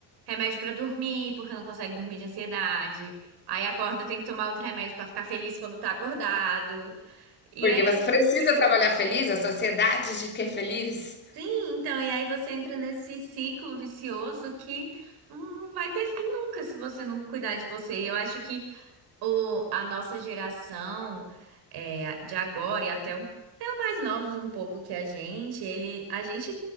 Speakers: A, on the right; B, on the left.
A: remédio pra dormir, porque não consegue dormir de ansiedade. Aí acorda, tem que tomar outro remédio pra ficar feliz quando tá acordado. E
B: porque
A: aí
B: você precisa trabalhar feliz, a sociedade de que é feliz
A: Sim, então, e aí você entra nesse ciclo vicioso que não vai ter fim nunca se você não cuidar de você. E eu acho que o, a nossa geração é, de agora e até, o- até os mais novos um pouco que a gente, ele, a gente,